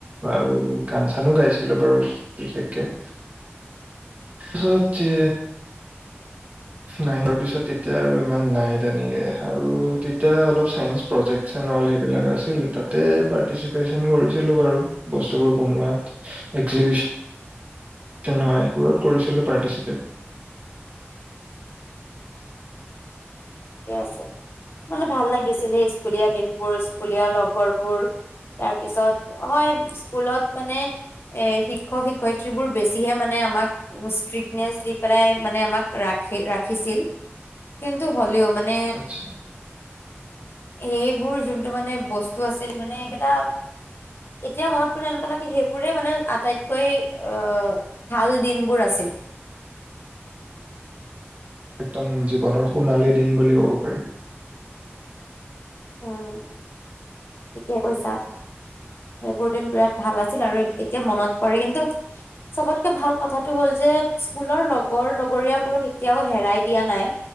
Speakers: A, on the right; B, on the left.
A: বাৰু গান চানো গাইছিলোঁ বাৰু বিশেষকে। হাউ তে
B: <inaudible>
A: নাইনৰ পিছত তেতিয়া আৰু ইমান নাই তেনেকে আৰু তেতিয়া অলপ চাইঞ্চ প্ৰজেক্ট ইচ্ছা নহ'ল সেইবিলাক আছিল তাতে পাৰ্টিচিপেশ্বন কৰিছিলোঁ বাৰু বস্তুবোৰ বনোৱাত। এক্সিভিশ তেনেকোৱা এইবোৰত কৰিছিলোঁ পাৰ্টিচিপেট।
B: ঠিকে আছে মানে ভাল লাগিছিল সেই স্কুলীয়া দিনবোৰ স্কুলীয়া লগৰবোৰ। তাৰপিছত হয় স্কুলত মানে এ শিক্ষক শিক্ষয়িত্ৰীবোৰ বেছিহে মানে আমাক ষ্ট্ৰিকনেচ দি পেলাই মানে আমাক ৰাখি ৰাখিছিল কিন্তু হ'লেও মানে
A: আচ্ছা,
B: সেইবোৰ যোনটো মানে বস্তু যিটো আছিল মানে একেটা এতিয়া মনত পৰি এনেকুৱা লাগে সেইবোৰে মানে আটাইতকৈ অঁ ভাল দিনবোৰ আছিল।
A: একদম জীৱনৰ সোণালী দিন বুলি ক'ব পাৰি।
B: উমঁ ঠিকে কৈছা। সেইবোৰ দিন বিৰাট ভাল আছিল আৰু এতিয়া মনত পৰে কিন্তু চবতকে ভাল কথাটো হ'ল যে স্কুলৰ লগৰ লগৰীয়াবোৰক এতিয়াও হেৰাই দিয়া নাই